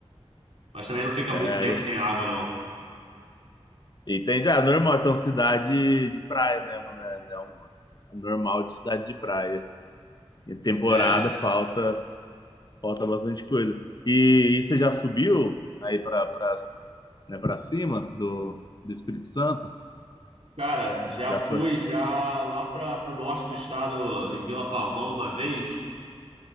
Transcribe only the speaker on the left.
É,
e- entende? Ah, normal, então cidade de praia mesmo, né? É um normal de cidade de praia. E temporada
falta, falta bastante coisa. E, e você já subiu aí para para né, para cima do, do Espírito Santo?
Já
foi?